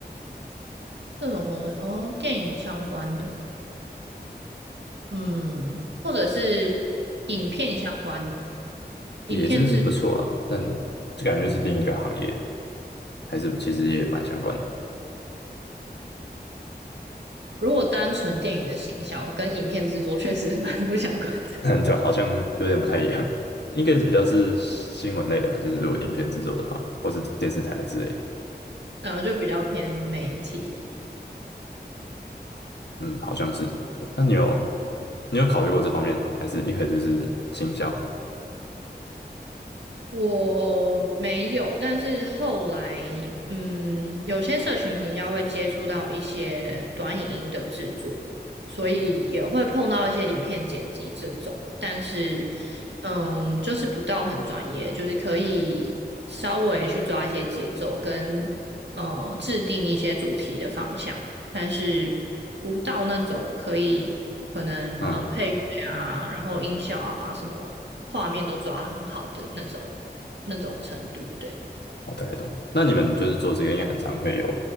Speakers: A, on the right; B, on the left.
A: 这种工作哦，电影相关的吗，嗯，或者是影片相关。影片制，
B: 也是不错啦，但这感觉就是另一个行业，还是其实也蛮相关的。
A: 如果单纯电影的行销跟影片制作确实蛮不相关的，
B: <laughs> 对啊，好像有点不太一样，应该是比较是新闻类的吧，就是如果影片制作的话，或是电视台之类的。
A: 呃，就比较偏媒体
B: 嗯，好像是。对那你有你有考虑过这方面的吗？还是一开始就是行销？
A: 我没有，但是后来，嗯，有些社群行销会接触到一些短影音的制作，所以也会碰到一些影片剪辑这种，但是，嗯，就是不到很专业，就是可以稍微去抓一些节奏跟，呃，制定一些主题的方向，但是不到那种可以可能，
B: 嗯。
A: 嗯，配乐啊，然后音效啊，什么画面都抓很好的那种。那种程度。对，
B: 我大概懂。那你们就是做这个，应该很常会有，